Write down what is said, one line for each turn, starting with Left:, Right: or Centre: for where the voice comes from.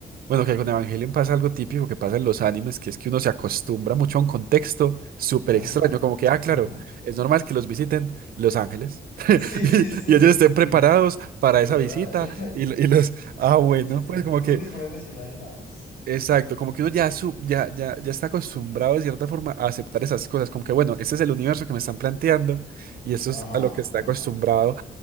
Right: bueno, que con Evangelion pasa algo típico que pasa en los animes, que es que uno se acostumbra mucho a un contexto súper
Left: Ajá,
Right: extraño, como que, ah,
Left: ajá.
Right: claro, es normal que los visiten los ángeles <laughs>
Left: Sí, sí, sí,
Right: y,
Left: sí,
Right: y ellos estén
Left: sí.
Right: preparados para
Left: Total,
Right: esa visita y, lo- y los, ah,
Left: <laughs>
Right: bueno,
Left: es cierto.
Right: pues como
Left: Uno
Right: que,
Left: nunca se pone a cuestionar el más.
Right: exacto, como que uno ya, su, ya, ya, ya está acostumbrado de cierta forma a aceptar esas cosas, como que, bueno, este es el universo que me están planteando y esto
Left: Ajá,
Right: es a lo que está
Left: ajá.
Right: acostumbrado.